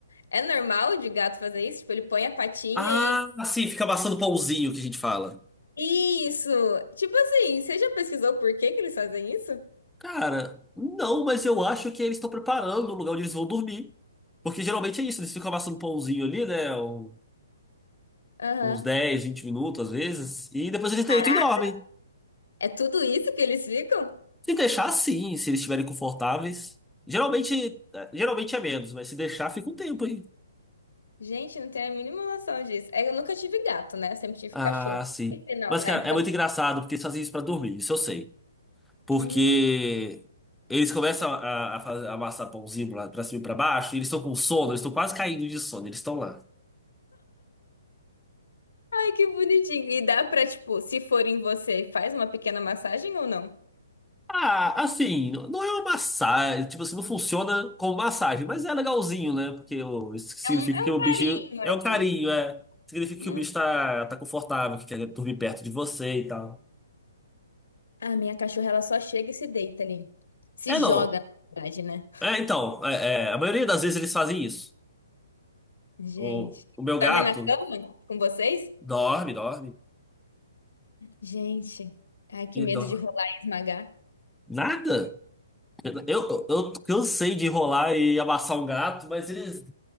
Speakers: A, on the left; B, in the centre.
A: É normal de gato fazer isso? Tipo, ele põe a patinha
B: Ah,
A: e.
B: assim, fica amassando pãozinho que a gente fala.
A: Isso! Tipo assim, você já pesquisou por que que eles fazem isso?
B: Cara, não, mas eu acho que eles estão preparando o lugar onde eles vão dormir. Porque geralmente é isso, eles ficam amassando um pãozinho ali, né? um-
A: Aham.
B: Uns 10, 20 minutos às vezes, e depois eles deitam
A: Caraca.
B: e dormem.
A: É tudo isso que eles ficam?
B: Se deixar, sim, se eles estiverem confortáveis. Geralmente, eh, geralmente é menos, mas se deixar, fica um tempo aí.
A: Gente, não tenho a mínima noção disso. É, Eu nunca tive gato, né? Eu sempre tive
B: Ah,
A: cachorro.
B: sim.
A: E Não,
B: Mas,
A: né?
B: cara, é
A: Também.
B: muito engraçado porque eles fazem isso pra dormir, isso eu sei. Porque
A: Hum,
B: eles começam a, a, fazer- a amassar pãozinho pra, pra cima e pra baixo, e eles estão com sono, eles estão quase caindo de sono, eles estão lá.
A: ai, que bonitinho. E dá pra, tipo, se for em você, faz uma pequena massagem ou não?
B: Ah, assim, não é uma massagem, tipo assim, não funciona como massagem, mas é legalzinho, né? Porque o- isso significa
A: É um, é
B: que
A: um
B: o
A: carinho
B: bicho é
A: ali.
B: um carinho, é. Significa
A: Hum.
B: que o bicho tá, tá confortável, que quer dormir perto de você e tal.
A: A minha cachorra, ela só chega e se deita ali. Se
B: É,
A: joga,
B: não.
A: na verdade, né?
B: É, então, é, é, a maioria das vezes eles fazem isso.
A: Gente.
B: O, o meu gato
A: Dorme na cama com vocês?
B: dorme, dorme
A: Gente. Ai, que
B: e
A: medo
B: dorme.
A: de rolar e esmagar.
B: Nada. Eu, eu cansei de enrolar e amassar um gato, mas eles,